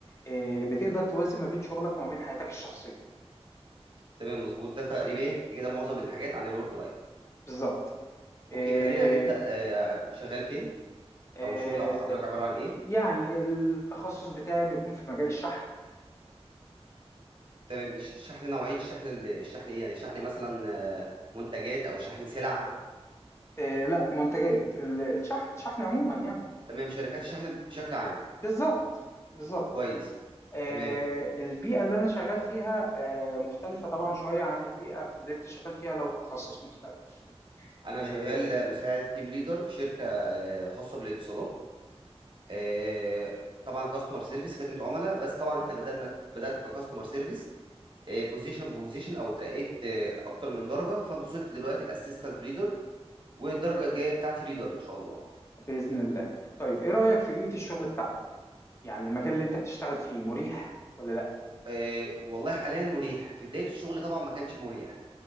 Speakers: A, on the left; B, on the right.
A: آه، بتقدر توازن ما بين شغلك وما بين حياتك الشخصية
B: تمام، مضبوط. ده تقريبًا كده معظم الحاجات عن الwork life.
A: بالظبط آه،
B: أوكي، خلّينا نبدأ آآ شغّال فين
A: آه،
B: أو شغل ح حضرتك عبارة عن إيه؟
A: يعني التخصص بتاعي بيكون في مجال الشحن
B: تمام، الش الشحن نوعية الشحن ال الشحن إيه؟ يعني شحن مثلًا آه، منتجات أو شحن سلع؟
A: آه لا منتجات ال- الشحن الشحن عموما يعني
B: تمام، شركات الشحن بشكل عام.
A: بالظبط بالظبط
B: كويس،
A: آه
B: تمام.
A: البيئة اللي أنا شغال فيها آه مختلفة طبعا شوية عن البيئة اللي أنت شغال فيها لو التخصص مختلف
B: أنا
A: آه
B: شغّال مساعد team leader في شركة آآ خاصة بالاتصالات. آآ طبعًا customer service خدمة عُملا، بس طبعًا إحنا بدأنا بدأت كcustomer service بوزيشن بوزيشن او اترقيت آه، اكتر من درجه فوصلت دلوقتي الاسيستنت ليدر والدرجه الجايه بتاعتي ليدر ان شاء الله
A: بإذن الله طيب إيه رأيك في بيئة الشغل بتاعتك؟ يعني المكان اللي أنت بتشتغل فيه مريح ولا لا؟
B: آه، والله حاليا مريح في بدايه الشغل طبعا ما كانش مريح